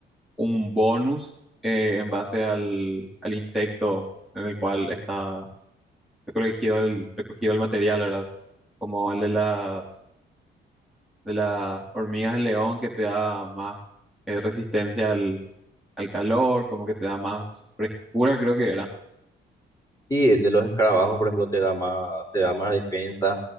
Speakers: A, in the centre; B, on the left.
A: un bonus eh, en base al, al insecto en el cual está recogido el, recogido el material, ¿verdad? Como el de las de las hormigas de león que te da más eh, resistencia al, al calor, como que te da más frescura, creo que era.
B: Y el de los escarabajos, por ejemplo, te da más, te da más defensa